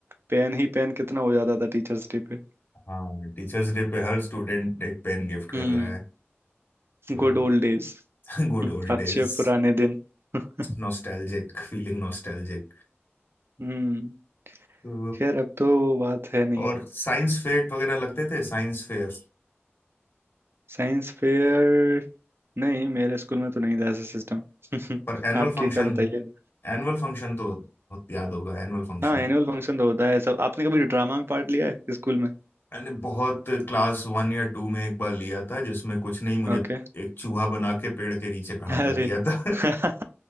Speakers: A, on the right; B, on the left.
A: पेन ही पेन कितना हो जाता था टीचर्स डे पे
B: <laughs> हाँ टीचर्स डे पे हर स्टूडेंट एक पेन गिफ्ट कर
A: हम्म
B: रहा है तो
A: Good old days
B: <laughs> good
A: <laughs>
B: old
A: अच्छे
B: days
A: पुराने दिन <laughs>
B: Nostalgic feeling nostalgic
A: हम्म
B: तो
A: खैर अब तो वो बात है नहीं
B: और साइंस फेयर वगैरह लगते थे साइंस फेयर
A: Science fair नहीं मेरे स्कूल में तो नहीं था ऐसा सिस्टम <laughs>
B: पर एनुअल
A: आपके
B: फंक्शन
A: क्या बताइए
B: एनुअल फंक्शन तो बहुत याद होगा एनुअल फंक्शन
A: हाँ एनुअल फंक्शन तो होता है सब आपने कभी ड्रामा में पार्ट लिया है स्कूल में
B: मैंने बहुत क्लास वन या टू में एक बार लिया था जिसमें कुछ नहीं मुझे
A: ओके
B: एक चूहा बना के पेड़ के नीचे खड़ा
A: अरे
B: कर दिया था
A: <laughs>